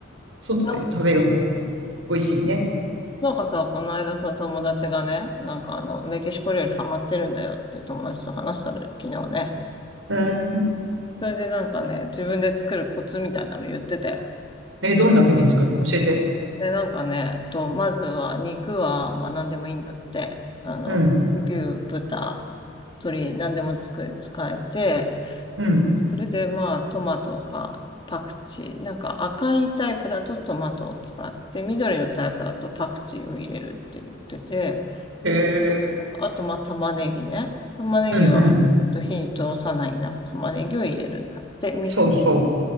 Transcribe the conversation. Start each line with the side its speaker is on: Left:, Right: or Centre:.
Right: 外で食べる方が
Left: な、
Right: 美味しいね。
Left: なんかさ、この間さ、友達がね、なんかあの、メキシコ料理ハマってるんだよっていう友達と話したのよ、昨日ね。
Right: うん。
Left: それでなんかね、自分で作るコツみたいなの言ってたよ。
Right: え、どんな風に作るの教えて。
Left: で、なんかね、と、まずは肉は、まあ何でもいいんだって。あの、
Right: うん、
Left: 牛、豚、鶏、何でも作れ、使えて、
Right: うん。
Left: それでまあトマトかパクチー。なんか赤いタイプだとトマトを使って、緑のタイプだとパクチーを入れるって言ってて、
Right: へえ、
Left: あとまあ玉ねぎね。玉ねぎは、
Right: うん、うん。
Left: えっと、火に通さないな玉ねぎを入れるんだって。水に
Right: そうそう。